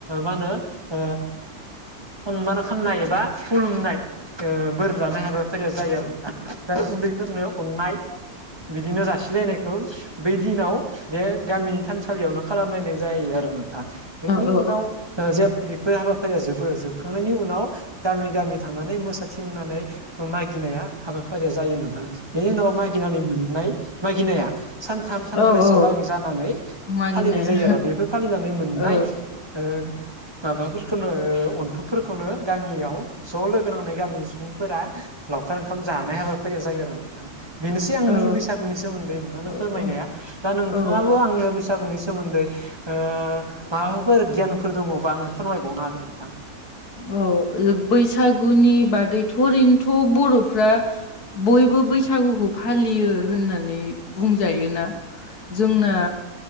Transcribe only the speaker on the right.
मा होनो ओ सनमान खालामनाय एबा खुलुमनाय ओ बोर लानाय हाबाफारिया जायो आरो नोंथां उन्दैफोरनो अननाय बिदिनो जासिलायनायखौ बै दिनाव बे गामिनि थानसालियावनो खालामलायनाय जायो आरो नों थां बेनि
उनाव जे बेफोर हाबाफारिया जोबो जोबखांनायनि उनाव गामि-गामि थांनानै मोसाथिंनानै मागिनाया हाबाफारिया जायो नोंथां। बेनि उनाव मागिनानै मोननाय मागिनाया सानथाम सानब्रैसोआवलागै
जानानै
फालिनाय जायो आरो। बेफोर फालिनानै मोननाय
ओ माबाफोरखौनो ओ अन्थुबफोरखौनो गामियाव ज' लोगो नांनाय गामिनि सुबुंफोरा लावखार ओंखाम जानाय हाबाफारिया जायो आरो। बेनोसै आंनि
बैसागुनि सोमोन्दै नोंथांनो
फोरमायनाया। दा नोंथाङाबो
आंनो बैसा गुनि सोमोन्दै ओ माबाफोर गियानफोर दङबा आंनो फोरमायबावनो हागोन नोंथां।